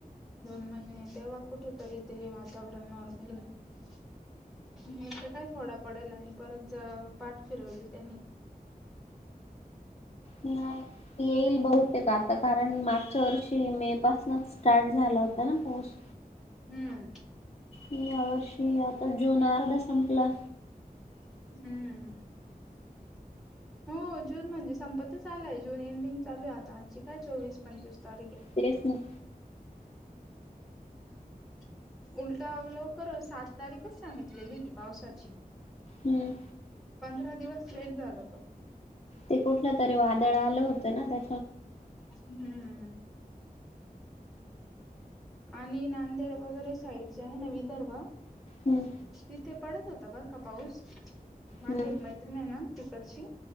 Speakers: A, in the centre; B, on the left (about 45°).
A: दोन महिने तेव्हा कुठेतरी ते वातावरण नॉर्मल होई नाही तर काय थोडा पडेला आणि परत ज पाठ फिरवली त्यानी
B: नाही येईल बहुतेक आता कारण मागच्या वर्षी मे पासनंच स्टार्ट झाला होता ना पाऊस
A: हम्म
B: या वर्षी आता जून अर्धा संपला.
A: हम्म हो जून म्हणजे संपतच आलाय जून एंडिंग चालू आहे आता आजची काय चोवीस, पंचवीस तारीख आहे
B: तेच ना
A: <inaudible> उलटा लवकर सात तारीखच सांगितलेली होती पावसाची.
B: हम्म
A: पंधरा दिवस लेट झाला तो.
B: ते कुठलं तरी वादळ आलं होतं ना त्या
A: हम्म आणि नांदेड वगैरे साइड जे आहे ना विदर्भ,
B: हम्म
A: तिथे पडत होत त बर का पाऊस, माझी
B: हम्म
A: एक मैत्रिणी आहे ना तिकडची